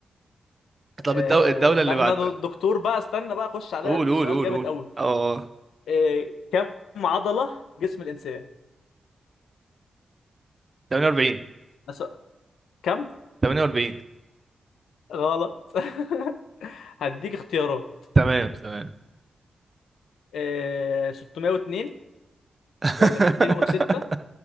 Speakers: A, on the right; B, on the left.
A: <laughs>
B: آه،
A: طب الدو... الدولة
B: انت
A: اللي
B: عارف
A: بعد
B: ان انا دكتور بقى استنى بقى اخش عليها
A: قول
B: اديك
A: قول
B: سؤال
A: قول
B: جامد
A: قول
B: قوي
A: اه
B: إيه كم عضلة جسم الإنسان؟
A: 48
B: أس- كم؟
A: 48
B: غلط <laughs> هديك اختيارات
A: تمام تمام
B: إيه 602
A: <laughs>
B: ولا 206